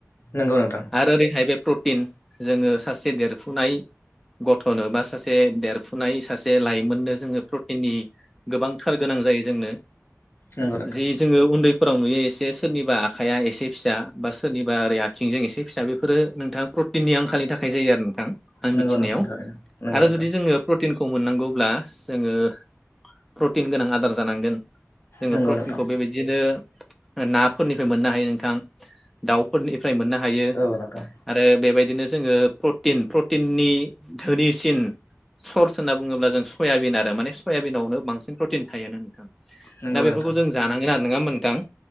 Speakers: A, on the left; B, in the centre.
A: नंगौ नोंथां
B: आरो ओरैहाय बे प्रटिन जोङो सासे देरफुनाय गथ'नो बा सासे देरफुनाय सासे लाइमोननो जोङो प्रटिननि गोबांथार गोनां जायो जोंनो
A: नंगौ नोंथां
B: जि जोङो उन्दैफोराव नुयो एस से सोरनिबा आखाइया एसे फिसा बा सोरनिबा ओरै आथिंजों एसे फिसा बे फोरो नोंथाङा प्रटिननि आंखालनि थाखाय जायो आरो नोंथां आं
A: नंगौ
B: मिथिनायाव।
A: नोंथां थारैनो नंगौ
B: आरो
A: नोंथां
B: जुदि जोङो प्रटिन खौ मोननांगौब्ला जोङो प्रटिन गोनां आदार जानांगोन। जोङो
A: नंगौ
B: प्रटिनखौ
A: नोंथां
B: बेबायदिनो ओ नाफोरनिफ्राय मोननो हायो नोंथां। दाउफोरनिफ्राय मोननो हायो।
A: औ नोंथां
B: आरो बेबाय दिनो जोङो प्रटिन प्रटिननि धोनिसिन सर्स होनना बुङोब्ला जों सयाबिन आरो माने सयाबिनावनो बांसिन प्रटिन थायो नोंथां। दा
A: नंगौ
B: बेफोरखौ
A: नोंथां
B: जों जानांगोन आरो नङा होनबा नोथां?